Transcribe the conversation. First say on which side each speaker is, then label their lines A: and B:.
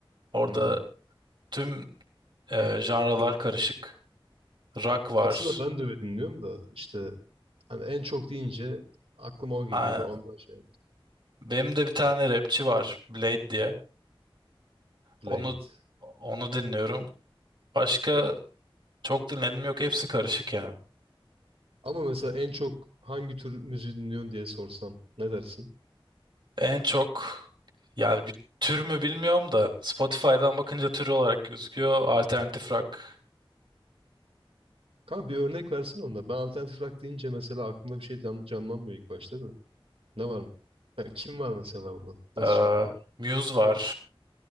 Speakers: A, on the right; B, on the right.
A: Orada
B: Hı hı.
A: tüm e, janralar karışık. Rock var.
B: Aslında ben de öyle dinliyorum da işte hani en çok deyince aklıma o geliyor.
A: Aynen.
B: Ondan şey
A: Benim de bir tane rapçi var, Blade diye.
B: Blade.
A: Onu onu dinliyorum. Başka çok dinledim yok hepsi karışık yani.
B: Ama mesela en çok hangi tür müziği dinliyorsun diye sorsam ne dersin?
A: En çok yani bir tür mü bilmiyorum da Spotify'dan bakınca tür olarak gözüküyor. Alternatif rock,
B: Kanka bir örnek versene onda. Ben alternatif rock deyince mesela aklımda bir şey can- canlanmıyor ilk başta da. Ne var? mı? Ya kim var mesela burada?
A: eee,
B: Nasıl şarkılar?
A: Muse var.